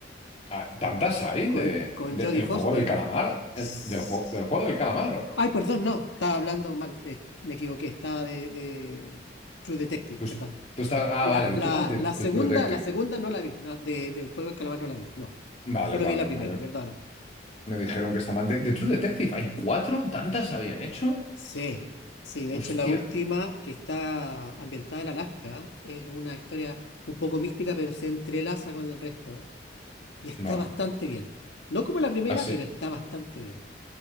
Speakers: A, on the left (about 35°); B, on the left (about 75°).
A: Ah, ¿tantas hay
B: con,
A: de,
B: con
A: de-
B: Jodie
A: el
B: Foster.
A: juego del calamar? El-
B: S-
A: del, juego, del juego del calamar.
B: Ay, perdón, no, estaba hablando mal, eh, me equivoqué, estaba de, de True Detective,
A: Tú, es-
B: perdón.
A: tú estás, ah,
B: La,
A: vale, de,
B: la,
A: True- ah, de,
B: la segunda,
A: de True Detective.
B: la segunda no la vi, no, de- del juego de calamar no la vi, no.
A: Vale,
B: Solo
A: vale,
B: vi la primera,
A: me, me-
B: perdón.
A: me dijeron que está mal. De, de True Detective hay cuatro? ¿Tantas habían hecho?
B: Sí, sí, de
A: Hostia.
B: hecho la última que está ambientada en Alaska es una historia un poco mística, pero se entrelaza con el resto y está
A: Vale,
B: bastante bien. No como la primera,
A: así.
B: pero está bastante bien.